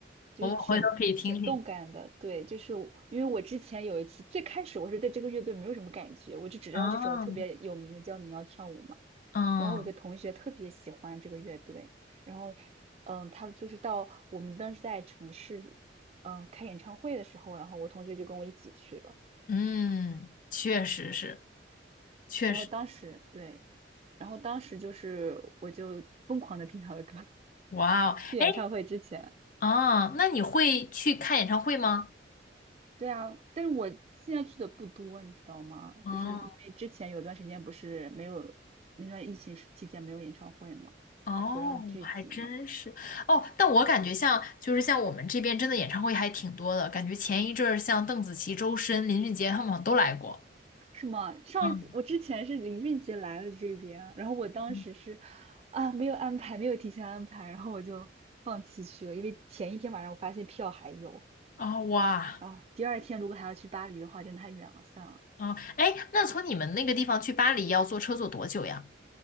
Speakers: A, on the right (about 35°); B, on the left (about 45°).
A: 就是挺挺动感的，
B: 我们回头可以听听。
A: 对，就是我因为我之前有一次，最开始我是对这个乐队没有什么感觉，我就只知道这首特别有名的叫《你要跳舞》嘛。
B: 啊。嗯
A: 然后我有个同学特别喜欢这个乐队，然后嗯，他就是到我们当时在城市嗯开演唱会的时候，然后我同学就跟我一起去了，
B: 嗯，确实是，确实，
A: 然后当时对，然后当时就是我就疯狂的听他的歌，<laughs>
B: 哇哦，
A: 去演唱会之前。
B: 哎，啊，那你会去看演唱会吗？
A: 对啊，但是我现在去的不多，你知道吗？
B: 哦
A: 就是因为之前有段时间不是没有那段疫情时期间没有演唱会嘛，
B: 哦，
A: 就不让聚集嘛，
B: 还真是哦，但我感觉像就是像我们这边真的演唱会还挺多的，感觉前一阵儿像邓紫棋、周深、林俊杰他们好像都来过。
A: 是吗？上一次我之前是林俊杰来了这边，
B: 嗯
A: 然后我当时是
B: 嗯，
A: 啊没有安排，没有提前安排，然后我就放弃去了，因为前一天晚上我发现票还有，
B: 哦哇，
A: 然后第二天如果还要去巴黎的话，真的太远了，算了。
B: 哦哎，那从你们那个地方去巴黎要坐车坐多久呀？